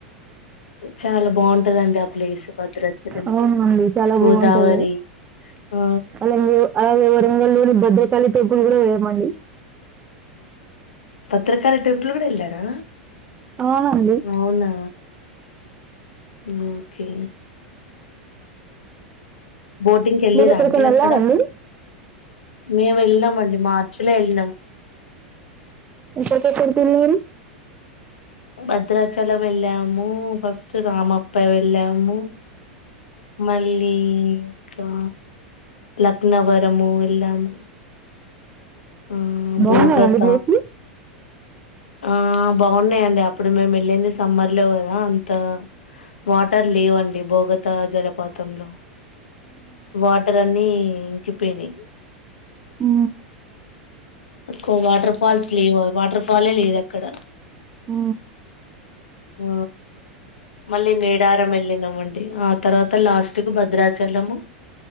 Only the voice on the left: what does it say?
చాలా బాగుంటదండి ఆ ప్లేస్ భద్రాచలము
గోదావరి
ఆ
భద్రకాళి టెంపుల్ గుడ ఎళ్లారా?
అవునా ఉమ్ కే బోటింగ్కి ఎళ్లిర్రా
అండి
అక్కడ? మేము వెళ్ళినాము అండి మార్చ్ లో ఎళ్ళినం
భద్రాచలం ఎళ్ళాము, ఫస్ట్ రామప్ప వెళ్ళాము మళ్ళీ ఇంకా లక్నవరము ఎల్లాము. ఆ
భోగత
ఆ బాగున్నయండి అప్పుడు మేము ఎళ్ళింది సమ్మర్ లో కదా అంత వాటర్ లేవండి భోగత జలపాతంలో వాటర్ అన్ని ఇంకిపోయినయ్
ఎక్కువ వాటర్ ఫాల్స్ లేవు వాటర్ ఫాల్ ఏ లేదు అక్కడ
ఊ మళ్ళీ మేడారం వెళ్ళినాం అండి ఆ తర్వాత లాస్ట్ కు భద్రాచలము